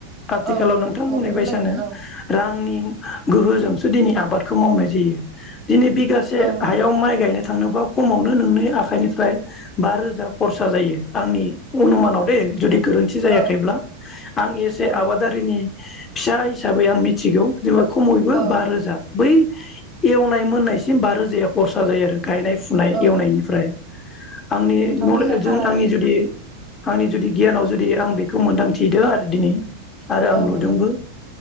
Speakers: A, on the left; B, on the right.
A: आथिखालाव
B: औ नंगौ
A: नोंथां बुंनाय
B: मदद होलायोमोन
A: बायसानो
B: औ
A: रांनि गोहोजोंसो दिनै आबादखौ मावनाय जायो। दिनै बिगासे
B: औ नंगौ
A: हायाव माइ गायनो थांनोबा खमावनो नोंनि आखाइनिफ्राय बा रोजा खरसा जायो आंनि अनुमानाव दे जुदि गोरोन्थि जायाखैब्ला
B: औ
A: आं एसे
B: औ
A: आबादारिनि फिसा हिसाबै आं मि थिगौ जेनेबा खमैबो
B: औ
A: बा
B: नंगौ
A: रोजा बै एवनाय मोननायसिम बा रोजाया खरसा जायो आरो गायनाय फुनाय
B: औ
A: एवनायनिफ्राय आंनि
B: नोंथां
A: नले
B: बुंनाया थारानो
A: जों आंनि जुदि आंनि जुदि गियानाव जुदि आं बेखौ मोन्दांथिदो आरो दिनै आरो आं
B: औ
A: नुदोंबो।
B: नंगौ नोंथां